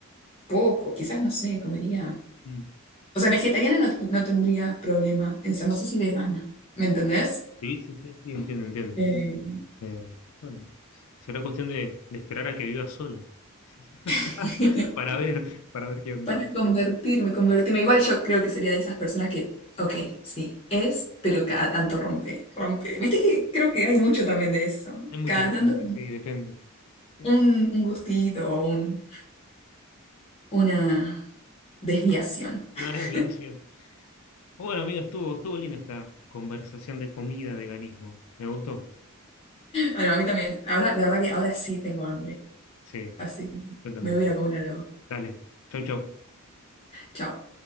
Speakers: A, on the left; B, on the left.
A: poco, quizás no sé, comería.
B: Mm.
A: O sea, vegetariana no, no tendría problema en ser, no sé si vegana, ¿me entendés?
B: Sí, sí, sí, sí, entiendo, entiendo.
A: Eh,
B: Eh, bueno, será cuestión de, de esperar a que viva sola. <laughs>
A: <laughs>
B: Para ver, para ver qué onda.
A: Para convertirme, convertirme. Igual yo creo que sería de esas personas que, ok, sí, es, pero cada tanto rompe, rompe. Viste que creo que hay mucho también de eso.
B: Hay mucha
A: Cada
B: gente,
A: tanto como
B: sí, depende. Eh,
A: un, un gustito o un, una desviación. <laughs>
B: una desviación. Bueno, amiga, estuvo, estuvo linda esta conversación de comida, veganismo. ¿Me gustó?
A: Ah, no, a mí también. Ahora, la verdad que ahora sí tengo hambre,
B: Sí,
A: así que
B: yo también.
A: me voy a ir a comer algo.
B: Dale, chau, chau.
A: Chao.